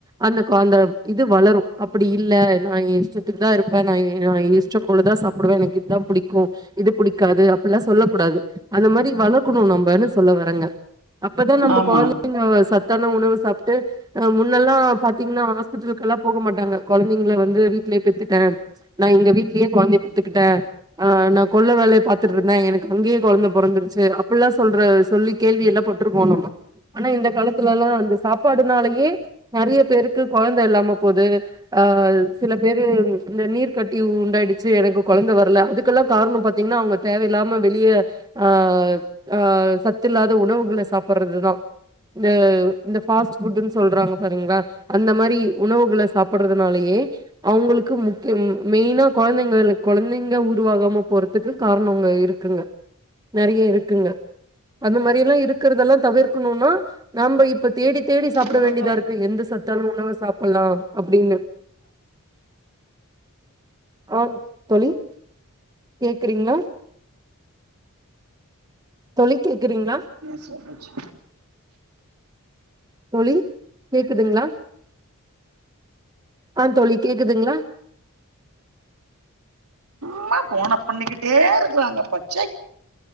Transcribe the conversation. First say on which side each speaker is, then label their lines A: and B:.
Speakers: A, on the right; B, on the right.
A: அந்த கொழந்த இது வளரு அப்டி இல்ல நா எ இஷ்டத்துக்கு தா இருப்பே நா எ நா இஷ்ட போல தா சாப் சாப்டுவே எனக்கு இதுதா பிடிக்கோ இது புடிக்காது அப்புட்லா சொல்ல கூடாது அந்த மாரி வளர்க்கணும் நம்ம என்ன சொல்ல வரங்க அப்பதா நம்ம
B: ஆமா
A: கொழந்தைங்க சத்தான உணவு சாப்ட்டு அ முன்னெல்லா பாத்தீங்கன்னா ஹாஸ்பிட்டலுக்கெல்லா போக மாட்டாங்க கொழந்தைங்கள வந்து வீட்லயே பெத்துட்டே நா எங்க வீட்லயே கொழந்தைய பெத்துக்கிட்டே அ நா கொல்ல வேலய பாத்துட்டு இருந்தே எனக்கு அங்கயே கொழந்த பொறந்துருச்சு அப்புட்லா சொல்ற சொல்லி கேள்வி எல்லா பட் ட்ருப்போ நம்ம ஆனா இந்த காலத்துலல்லா அந்த சாப்பாடுனாலயே நறைய பேருக்கு கொழந்த இல்லாம போது அஹ் சில பேரு இந்த நீர் கட்டி உண்டாயிடுச்சு எனக்கு குழந்த வரல அதுக்கெல்லாம் காரணம் பாத்தீங்கன்னா அவங்க தேவையில்லாம வெளிய அ அ சத்து இல்லாத உணவுகள சாப்படுறதுதா இந்த இந்த ஃபாஸ்ட் ஃபுட்ன்னு சொல்றாங்க பாரிங்ளா அந்த மாரி உணவுகள சாப்படுறதுனாலயே அவங்களுக்கு முக்கியம் மெயினா கொழந்தைங்களு கொழந்தைங்க உருவாகாம போறதுக்கு காரணங்க இருக் குங்க நெறைய இருக்குங்க அந்த மாரி எல்லா இருக் க்கிறதல்லா தவிர்கணுனா நாம இப்ப தேடி தேடி சாப்ட
B: ரெபேக்கா
A: வேண்டியதா இருக்கு எந்த சத் த்தா உணவ சாப்டலா அப்டின்னு ஆ தோழி கேக்குறீங்ளா தோழி கேக்குறீங்ளா
B: நா சமைச்சு
A: தோழி கேக்குதுங்ளா ஆ தோழி கேக்குதுங்ளா
B: சும்மா ஃபோன பண்ணிக்கிட்டே இருக்கறாங்கப்பா ச்சை